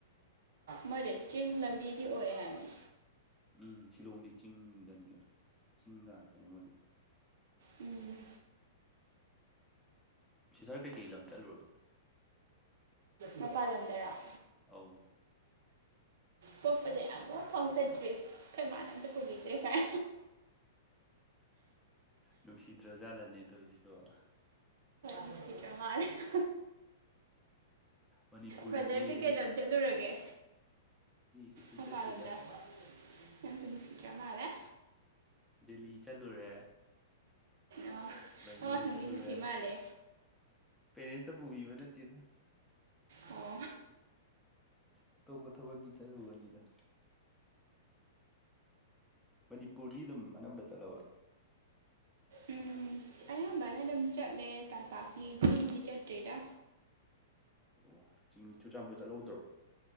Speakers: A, on the right; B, in the centre.
A: ꯃꯣꯏꯗꯤ ꯆꯤꯡ ꯂꯝꯕꯤꯗꯤ ꯑꯣꯏ ꯍꯥꯏꯕꯅꯤ
B: ꯎꯝ ꯁꯤꯂꯣꯡꯗꯤ ꯆꯤꯡꯗꯅꯤ ꯀꯩꯅꫭ ꯆꯤꯡꯗ ꯉꯥꯛꯇꯅꯦ ꯃꯣꯏꯗꯤ
A: ꯎꯝ
B: ꯁꯤꯇꯔ ꯀꯩꯀꯩ ꯂꯝ ꯆꯠꯂꯨꯔꯒꯦ
A: ꯃꯄꯥꯜ ꯂꯝꯗꯔꫭ
B: ꯑꯧ
A: ꯄꯣꯛꯄꯗꯩ ꯑꯃꯨꯛ ꯐꯥꯎ ꯆꯠꯇꯔꯤ ꯑꯩꯈꯣꯏ ꯏꯃꯅ ꯑꯝꯇ ꯄꯨꯕꯤꯗ꯭ꯔꯦ ꯀꯥꯏ
B: ꯅꯨꯡꯁꯤꯗ꯭ꯔꯖꯥꯠꯂꯅ‌ꯦ ꯇꯧꯋꯤꯁꯤꯕꫭ
A: ꯅꯨꯡꯁꯤꯗꯔꯥ ꯃꯥꯟꯂ‌ꯦ
B: ꯃꯅꯤꯄꯨꯔꯗꯗꯤ
A: ꯕ꯭ꯔꯗꯔ ꯀꯩꯀꯩ
B: ꯑꯗꯨꯗꯤ
A: ꯂꯝ ꯆꯠꯂꯨꯔꯒꯦ
B: ꯀꯩꯁꯨ
A: ꯃꯄꯥꯟꯂꫭꯝꯗ
B: ꯆꯠꯇꯦꯗ
A: ꯑꯩ ꯑꯝꯇꯥ ꯅꯨꯡꯁꯤꯗꯔꯥ ꯃꯥꯜꯂ‌ꯦ
B: ꯗꯤꯜꯍꯤ ꯆꯠꯂꯨꯔꯦ
A: ꯑꯣ
B: ꯕꯦꯡꯒ꯭ꯂꯣꯔ
A: ꯑꯣ ꯅꯨꯡꯗꯤ
B: ꯆꯠꯂꯨꯔꯦ
A: ꯅꯨꯡꯁꯤ ꯃꯥꯜꯂꯦ
B: ꯄꯦꯔꯦꯟꯁꯅ ꯄꯨꯕꯤꯕ ꯅꯠꯇꯦꯗ
A: ꯑꯣ
B: ꯑꯇꯣꯞꯄ ꯊꯕꯛꯀꯤ ꯆꯠꯂꯨꯕꯅꯤꯗ ꯃꯅꯤꯄꯨꯔꯗꯤ ꯑꯗꯨꯝ ꯑꯅꯝꯕ ꯆꯠꯂꯕ
A: ꯎꯝ ꯑꯌꯥꯝꯕꯅ ꯑꯗꯨꯝ ꯆꯠꯂꯦ ꯇꯝꯄꯥꯛꯀꯤ ꯆꯦꯡꯗꯤ ꯆꯠꯇ꯭ꯔꯤꯗ
B: ꯑꯣ ꯆꯦꯡ ꯆꯨꯔꯆꯥꯟꯄꯨꯔ ꯆꯠꯍꯧꯗ꯭ꯔꯣ